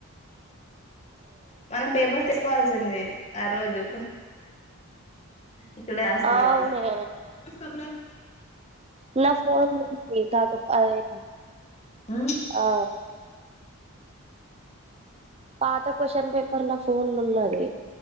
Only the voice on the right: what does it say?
ఆ
అవునే
నా ఫోన్ప్పు అదే
ఆ పాత క్వశ్చన్ పేపర్ నా ఫోన్ లో ఉన్నది